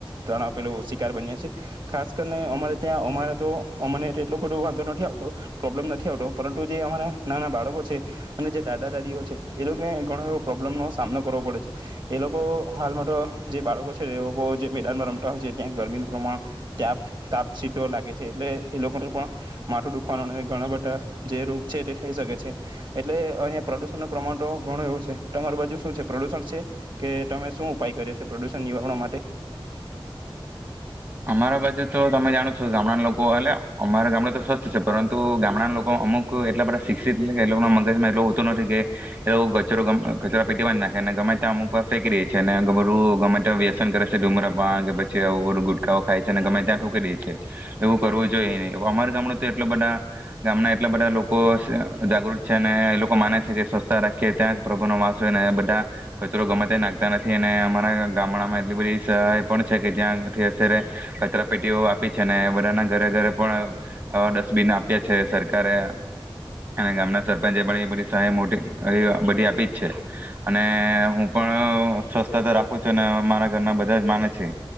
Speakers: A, on the right (about 55°); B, on the right (about 40°).
A: ત્રણ આપેલો શિકાર બન્યા છીએ, ખાસ કરીને અમારે ત્યાં અમારે તો અમને એટલો બધો વાંધો નથી આવતો, પ્રોબ્લેમ નથી આવતો, પરંતુ જે અમારા નાના બાળકો છે અને જે દાદા દાદીઓ છે એ લોકોને ઘણો એવો પ્રોબ્લમનો સામનો કરવો પડે છે, એ લોકો હાલમાં તો જે બાળકો છે એ લોકો જે મેદાનમાં રમતા હોય છે ત્યાં ગરમીનું પ્રમાણ ત્યાપ તાપ સીધો લાગે છે, એટલે એ લોકોને પણ માથું દુખવાનું ઘણા બધા જે રોગ છે તે થઈ શકે છે, એટલે અહીંયા પ્રદુષણ ન પ્રમાણ તો ઘણું એવું છે, તમારી બાજુ શું છે, પ્રદુષણ છે કે તમે શું ઉપાય કર્યો છો? પ્રદુષણ નિવારણ માટે.
B: અમારા બાજુ તો તમે જાણો ગામડાના લોકો અને અમારા ગામડે તો સ્વસ્થ છે પરંતુ ગામડાના લોકો અમુક એટલા બધા શિક્ષિત કે એ લોકો મગજમાં એટ હોતું નથી કે એ લોકો કચરો કચરો પેટી માંજ નાખેને ગમે ત્યાં અમુક વા ફેંકી દે છે, અને બધું ગમે ત્યાં વ્યસન કરે છે, ધુમરાપાન કે પછી બધું ગુટકાઓ ખાય છે ને ગમે ત્યાં થૂંકી દે છે, એવું કરવું જોઈએ નઈ. અમારા ગામડુ તો એટલા બધા ગામના એટલા બધા લોકો જાગૃત છે ને એ લોકો માને છે કે સ્વસ્છતા રાખીે ત્યાં જ પ્રભનો વાસ હોય, ને બધા કચરો ગમે ત્યાં નાખતા નથી અને અમારા ગામડામાં એટલી બધી સહ એ પણ છે કે જ્યાં કચરા પેટીઓ આપી છે, બધાના ઘરે ઘરે પણ આવા ડસ્ટબિન આપ્યા છે સરકારે અને ગામના સરપંચે પણ એ બધી સહાય મોટી બધી આપીજ છે અને હું પણ સ્વસ્થ તો રાખું છું અને મારા ઘરના બધા જ માને છે